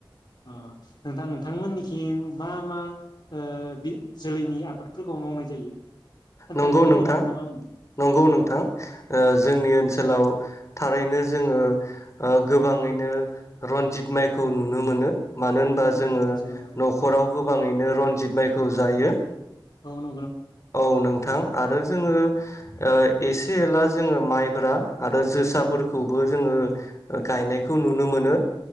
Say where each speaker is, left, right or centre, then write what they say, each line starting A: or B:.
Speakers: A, on the left (about 60°); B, on the left (about 35°).
A: अ नोंथां नोंथां मोननि थिं मा मा ओ बि जोलैनि आबादफोरखौ मावनाय जायो खोन्थानो
B: नंगौ
A: फोरमायनो
B: नोंथां
A: हागोन नामा आंनो
B: नंगौ नोंथां ओ जोंनि ओन सोलाव थारैनो जोङो ओ गोबाङैनो रन्जित माइखौ नुनो मोनो मानो होनबा
A: औ न
B: जोङो
A: आदसा नोंथां
B: नखराव गोबाङैनो रनजित माइ खौ जायो
A: औ न
B: औ नोंथां आरो जोङो ओ एसे एला जोङो माइब्रा आरो जोसाफोरखौबो जोङो गायनायखौ नुनो मोनो